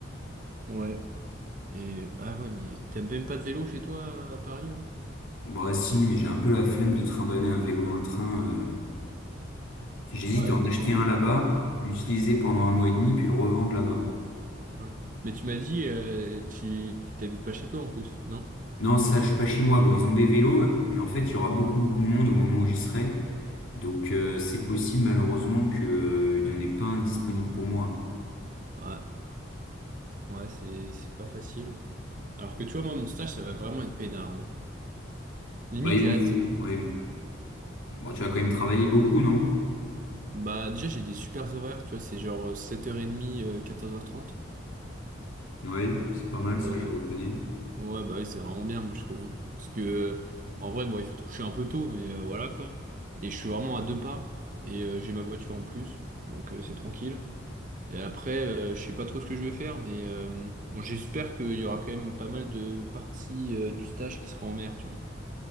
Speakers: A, on the right (about 40°); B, on the left (about 85°).
A: Ouais. Et ah ouais, mais t'aimes même pas de vélo chez toi à Paris là?
B: Bah si, mais j'ai un peu la flemme de trimballer un vélo dans le train. euh. J'hésite
A: Ouais,
B: à en acheter un là-bas, l'utiliser pendant un mois et demi, puis le revendre là-bas.
A: ouais. Mais tu m'as dit, euh, tu tu t'habites pas chez toi en plus, non?
B: Non, ça, je suis pas chez moi. Bon, ils ont des vélos, mais en fait, il y aura beaucoup, beaucoup de monde au moment où j'y serai. Donc, euh, c'est possible, malheureusement, que, euh, il y en ait pas un disponible pour moi.
A: Ouais, ouais, c'est c'est pas facile. Alors que tu vois, moi, mon stage, ça va vraiment être peinard. hein. Limite,
B: Bah, ils
A: j'ai
B: vont
A: hâte.
B: te fou- Ouais. Bon, tu vas quand même travailler beaucoup, non?
A: Bah, déjà, j'ai des super horaires, tu vois, c'est genre euh, 7h30, euh, 14h30.
B: Ouais, c'est pas mal,
A: Euh,
B: ça, je reconnais.
A: ouais, bah oui, c'est vraiment bien, moi, je trouve. hein. Parce que, euh, en vrai, bon, il faut te coucher un peu tôt, mais euh, voilà quoi. Et je suis vraiment à deux pas, et euh, j'ai ma voiture en plus, donc euh, c'est tranquille. Et après, euh, je sais pas trop ce que je vais faire, mais euh, bon, j'espère qu'il y aura quand même pas mal de parties euh, du stage qui sera en mer, tu vois.